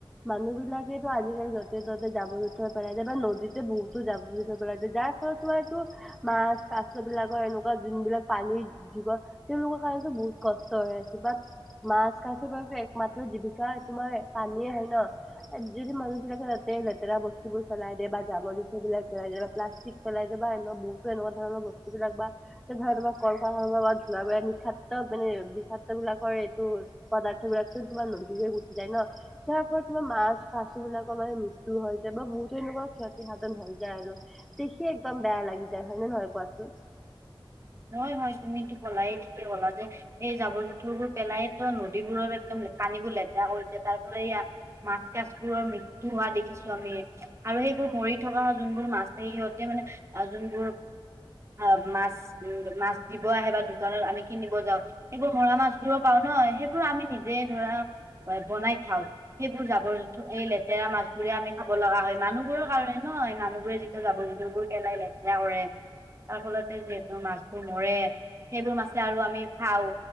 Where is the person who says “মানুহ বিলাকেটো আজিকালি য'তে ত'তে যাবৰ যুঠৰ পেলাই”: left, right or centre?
Centre